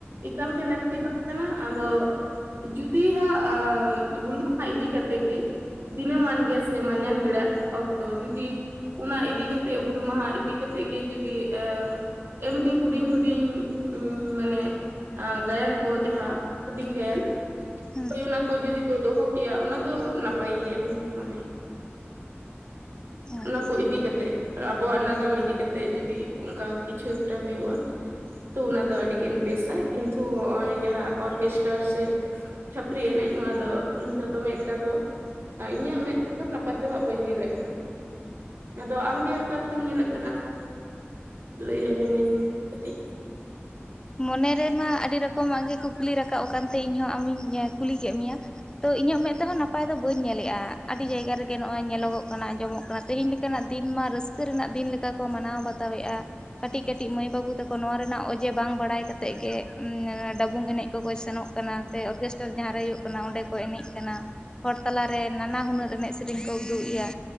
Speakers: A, on the right; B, on the left.
A: ᱮᱠᱟᱞᱜᱮ ᱞᱟᱹᱠᱛᱤ ᱵᱟᱝ ᱠᱟᱱᱟ ᱟᱫᱚᱼᱼ ᱡᱩᱫᱤ ᱦᱟᱸ ᱦᱩᱞᱢᱟᱦᱟ ᱤᱫᱤᱠᱟ ᱠᱟᱛᱮᱜ ᱜᱮ ᱫᱤᱱᱟᱹᱢᱟᱱ ᱜᱮ ᱥᱮ ᱢᱟᱧᱟᱱ ᱵᱮᱲᱟ ᱚᱠᱛᱚ ᱡᱩᱫᱤ ᱚᱱᱟ ᱤᱫᱤ ᱠᱟᱛᱮᱜ ᱦᱩᱞ ᱢᱟᱦᱟ ᱤᱫᱤ ᱠᱟᱛᱮᱫ ᱜᱮ ᱡᱩᱫᱤ ᱮ ᱮᱢᱱᱤ ᱦᱩᱰᱤᱧ ᱦᱩᱰᱤᱧ ᱢᱟᱱᱮ ᱜᱟᱭᱟᱱ ᱠᱚ ᱡᱟᱦᱟᱸ ᱦᱩᱰᱤᱧ ᱜᱟᱭᱟᱱ
B: ᱦᱮᱸ
A: ᱦᱳᱭ ᱚᱱᱟ ᱠᱚ ᱡᱩᱫᱤ ᱠᱚ ᱫᱚᱦᱚ ᱠᱮᱭᱟ ᱚᱱᱟ ᱫᱚ ᱱᱟᱯᱟᱭ ᱜᱮᱭᱟ ᱤᱧ ᱫᱩᱧ ᱢᱚᱱᱮᱭᱟ
B: ᱟᱪᱪᱷᱟ
A: ᱚᱱᱟ ᱠᱚ ᱤᱫᱤᱠᱟ ᱠᱟᱛᱮᱜ ᱟᱵᱚᱣᱟᱜ ᱱᱟᱜᱟᱢ ᱤᱫᱤᱠᱟ ᱠᱟᱛᱮᱜ ᱡᱩᱚᱫᱤ ᱚᱱᱠᱟ ᱠᱤᱪᱷᱩ ᱮᱠᱴᱟ ᱦᱩᱭᱩᱜᱼᱟ ᱛᱚ ᱚᱱᱟ ᱫᱚ ᱟᱹᱰᱤᱜᱢ ᱵᱮᱥᱟ ᱠᱤᱱᱛᱩ ᱱᱚᱜ ᱚᱭ ᱡᱟᱦᱟᱸ ᱚᱨᱠᱮᱥᱴᱟᱨ ᱥᱮ ᱪᱷᱟᱹᱯᱨᱤ ᱮᱱᱮᱡ ᱱᱚᱣᱟ ᱫᱚ ᱤᱧ ᱫᱚ ᱫᱚᱢᱮ ᱮᱠᱴᱟ ᱫᱚ ᱟᱨ ᱤᱧᱟᱹᱜ ᱢᱮᱫ ᱛᱮᱫᱚ ᱱᱟᱯᱟᱭ ᱫᱚ ᱦᱟᱸᱜ ᱵᱟᱹᱧ ᱧᱮᱞᱮᱫ ᱠᱟᱱᱟ ᱟᱫᱚ ᱟᱢᱜᱮ ᱚᱠᱟᱮ ᱞᱮᱠᱟᱢ ᱧᱮᱞᱮᱫ ᱠᱟᱱᱟ ᱱᱚᱣᱟ ᱫᱚ ᱞᱟᱹᱭ ᱟᱸᱡᱚᱢᱟᱹᱧ ᱢᱮ ᱠᱟᱹᱴᱤᱡ
B: ᱢᱚᱱᱮᱨᱮᱢᱟ ᱟᱹᱰᱤ ᱨᱚᱠᱚᱢᱟᱜ ᱜᱮ ᱠᱩᱠᱞᱤ ᱨᱟᱠᱟᱵ ᱟᱠᱟᱱᱛᱮ ᱤᱧᱦᱚᱸ ᱟᱢᱤᱧ ᱠᱩᱞᱤ ᱠᱮᱫ ᱢᱮᱭᱟ ᱛᱚ ᱤᱧᱟᱹᱜ ᱢᱮᱫ ᱛᱮᱦᱚᱸ ᱱᱟᱯᱟᱭ ᱫᱚ ᱵᱟᱹᱧ ᱧᱮᱞᱮᱜᱼᱟ ᱟᱹᱰᱤ ᱡᱟᱭᱜᱟ ᱨᱮᱜᱮ ᱱᱚᱜᱚᱭ ᱧᱮᱞᱚᱜᱚᱜ ᱚᱱᱟ ᱟᱸᱡᱚᱢᱚᱜ ᱠᱟᱱᱟ ᱛᱮᱦᱮᱧ ᱞᱮᱠᱟᱱᱟᱜ ᱫᱤᱱ ᱢᱟ ᱨᱟᱹᱥᱠᱟᱹ ᱨᱮᱱᱟᱜ ᱫᱤᱱ ᱞᱮᱠᱟ ᱠᱚ ᱢᱟᱱᱟᱣ ᱵᱟᱛᱟᱣ ᱮᱫᱼᱟ ᱠᱟᱹᱴᱤᱡ ᱠᱟᱹᱴᱤᱡ ᱢᱟᱹᱭ ᱵᱟᱹᱵᱩ ᱛᱟᱠᱚ ᱱᱚᱣᱟ ᱨᱮᱱᱟᱜ ᱚᱡᱮ ᱵᱟᱝ ᱵᱟᱲᱟᱭ ᱠᱟᱛᱮ ᱜᱮ ᱰᱟᱵᱩᱝ ᱮᱱᱮᱡ ᱠᱚᱠᱚ ᱥᱮᱱᱚᱜ ᱠᱟᱱᱟ ᱥᱮ ᱚᱨᱜᱮᱥᱴᱟᱨ ᱡᱟᱦᱟᱸ ᱨᱮ ᱦᱩᱭᱩᱜ ᱠᱟᱱᱟ ᱚᱸᱰᱮ ᱠᱚ ᱮᱱᱮᱡ ᱠᱟᱱᱟ ᱦᱚᱲ ᱛᱟᱞᱟᱨᱮ ᱱᱟᱱᱟ ᱦᱩᱱᱟᱹᱨ ᱮᱱᱮᱡ ᱥᱮᱨᱮᱧ ᱠᱚ ᱩᱫᱩᱜ ᱮᱼᱭᱟ